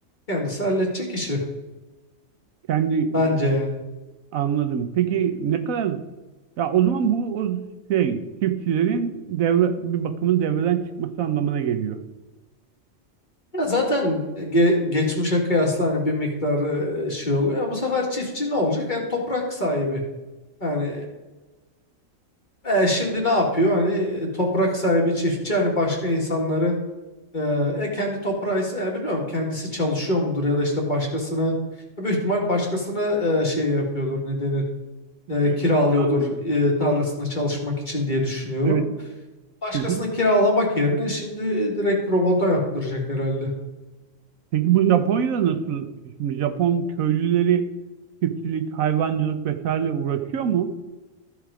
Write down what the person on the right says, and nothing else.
Kendi e,
anladım. Peki ne kadar ya o zaman bu o şey çiftçilerin devre bir bakımın devreden çıkması anlamına geliyor.
Tutuyorduk.
Yani
evet.
Hı hı.
Peki bu Japonya'da nasıl? Şimdi Japon köylüleri çiftçilik, hayvancılık vesaire uğraşıyor mu?